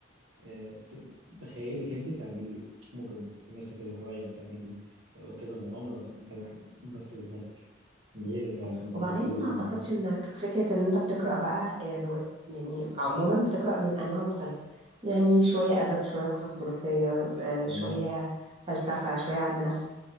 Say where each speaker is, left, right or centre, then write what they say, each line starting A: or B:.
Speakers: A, on the right; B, on the right.
A: آه ت- بخيالك انت تعملي ممكن تمارسي كذا هوايه وتعملي آه، كذا مغامره وتعملي كذا حاجه بس بدماغك من غير ما انت
B: وبعدين
A: محتاجه تكون
B: ما اعتقدش
A: حاجه
B: انك فكرة ان انت بتقرأ بقى آه، رواية يعني عموما بتقرأ من انواع مختلفة يعني شوية ادب شوية قصص بوليسية آه،
A: مم.
B: شوية فلسفة شوية علم نفس